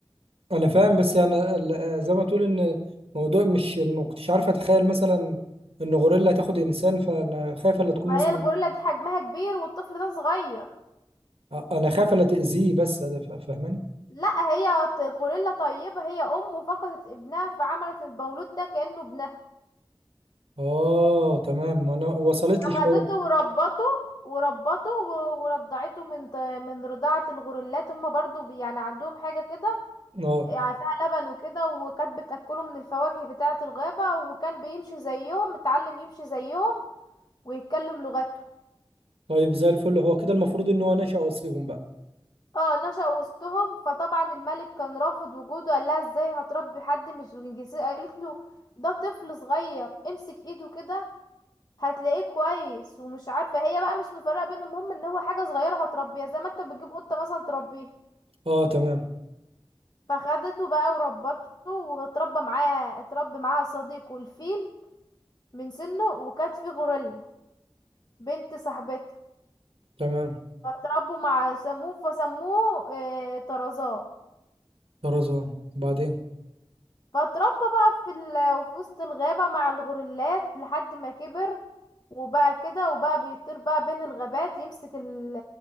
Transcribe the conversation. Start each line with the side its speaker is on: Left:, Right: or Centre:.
Right: انا فاهم بس يعني ال- زي ما تقول ان موضوع مش ما كنتش عارف اتخيل مثلا ان غوريلا تاخد انسان فانا خايف الا تكون
Left: ما
Right: مثلا
Left: هي الغوريلا دي حجمها كبير والطفل ده صغير
Right: انا خايف الا تاذيه بس ده فا- فاهماني
Left: لا هي ط- غوريلا طيبه هي ام وفقدت ابنها فعملت المولود ده كانه ابنها
Right: اه تمام ما انا وصلت
Left: أخذته
Right: لي شويه
Left: وربته وربته و- ورضعته من ط- من رضاعة الغرلات هما برضو بي- يعني عندهم حاجة كده
Right: اه
Left: يعني فيها لبن وكده وكانت بتأكله من الفواكه بتاعة الغابة وكان بيمشي زيهم اتعلم يمشي زيهم ويتكلم لغته
Right: طيب زي الفل هو كده المفروض ان هو نشأ وصيهم بقى
Left: اه نشأ وسطهم فطبعا الملك كان رافض وجوده قال لها ازاي هتربي حد مش من جنسيته قالت له ده طفل صغير امسك ايده كده هتلاقيه كويس ومش عارفه هي بقى مش مفرقه بينهم المهم ان هو حاجه صغيره هتربيها زي ما انت بتجيب قطه مثلا تربيها
Right: اه تمام
Left: فخدته بقى وربته واتربى معاه اتربى معاها صديقه الفيل من سنه وكانت فيه غوريلا بنت صاحبتها
Right: تمام
Left: فتربوا مع سموه فسموه اه طرزان
Right: طرزان بعدين
Left: فاتربى بقى في ال... في وسط الغابة مع الغوريلات لحد ما كبر وبقى كده وبقى بيطير بقى بين الغابات يمسك ال...